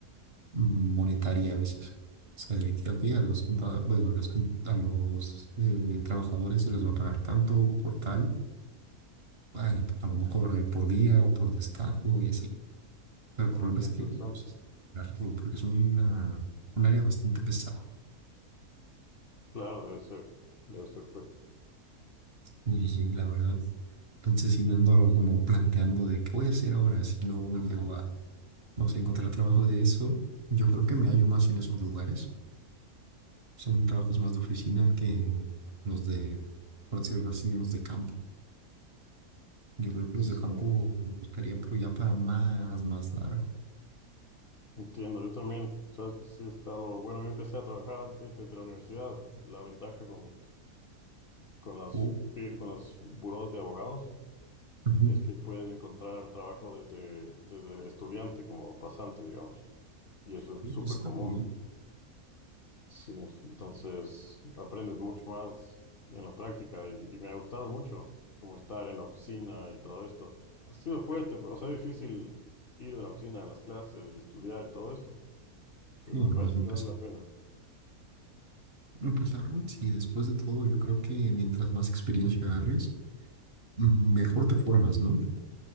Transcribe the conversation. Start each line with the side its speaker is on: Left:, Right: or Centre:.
Right: mm, monetaria a veces. O sea, de que, ok, a los, conta- bueno, a los, con- a los eh, trabajadores se les va a pagar tanto por tal, ay, a lo mejor eh, por día o por destajo y así. Pero el
Left: Ah,
Right: problema
Left: qué
Right: es
Left: interesante.
Right: que yo no sé si lograrlo, porque es una, un área bastante pesada.
Left: Claro, debe ser, debe ser fuerte.
Right: Y la verdad, entonces sí me ando como planteando de qué voy a hacer ahora si no llego a No sé, encontrar trabajo de eso, yo creo que me hallo más en esos lugares. Son trabajos más de oficina que los de, por decirlo así, en los de campo. Yo creo que
Left: Sí,
Right: los de campo me gustaría, pero ya para más, más largo.
Left: entiendo. Yo también, sabes que sí he estado, bueno, yo empecé a trabajar an- eh, desde la universidad. La ventaja con, con las,
Right: Oh,
Left: fir- con los burós de abogados
Right: ujú,
Left: es que puedes encontrar trabajo desde, desde estudiante, como pasante, digamos. Y eso
Right: sí,
Left: es súper
Right: Eso está
Left: común.
Right: muy bien.
Left: Sí, entonces aprendes mucho más en la práctica y, y me ha gustado mucho como estar en la oficina y todo esto. Ha sido fuerte, pero, o sea, difícil ir de la oficina a las clases y estudiar y todo esto, pero
Right: Sí,
Left: me
Right: no,
Left: parece
Right: es muy
Left: que
Right: pesado.
Left: vale la pena.
Right: No, Pues la verdad, sí, después de todo, yo creo que mientras más experiencia agarres, mm, mejor te formas, ¿no?